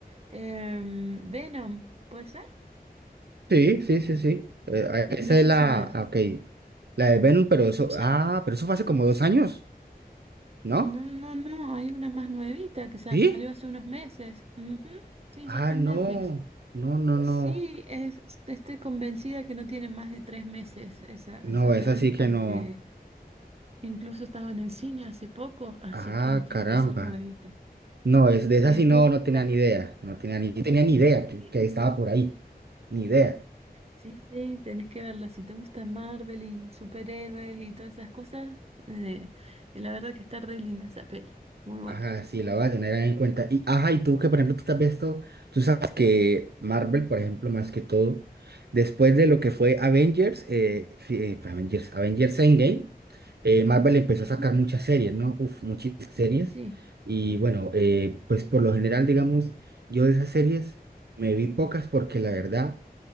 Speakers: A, on the right (about 40°); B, on the right (about 80°).
A: em, Venom, ¿puede ser?
B: Sí, sí, sí, sí. Eh, a- esa
A: No
B: es
A: sé
B: la,
A: si la...
B: ah, ok, la de Venom, pero eso,
A: ¿ya?
B: ah, pero eso fue hace como dos años, ¿no?
A: No, no, no, hay una más nuevita que salió
B: ¿Sí?
A: hace unos meses. Ujú, Sí, ya
B: Ah,
A: está
B: no,
A: en Netflix.
B: no, no, no.
A: Sí, es- te estoy convencida que no tiene más de tres meses esa,
B: No,
A: esa peli,
B: esa sí
A: porque
B: que no.
A: incluso estaba en el cine hace poco, así
B: Ah,
A: que tiene
B: caramba.
A: que ser nuevita.
B: No, es de esa
A: Tenés
B: sí no,
A: que
B: no tenía
A: verla.
B: ni idea. No tenía ni, no tenía ni idea
A: Sí,
B: que, que estaba por ahí. Ni idea.
A: sí, sí, tenés que verla. Si te gusta Marvel y superhéroes y todas esas cosas, eh, la verdad que está re linda esa peli. Muy buena.
B: Ajá, sí, la voy a tener ahí en cuenta. Y, ajá, y tú que, por ejemplo, tú te has visto, tú sabes que Marvel, por ejemplo, más que todo, después de lo que fue Avengers, eh, sí, eh, fue Avengers, Avengers Endgame, eh, Marvel empezó
A: Ujú,
B: a sacar muchas series, ¿no? Uf, muchísimas series.
A: Sí.
B: Y bueno, eh, pues por lo general, digamos, yo de esas series me vi pocas porque la verdad...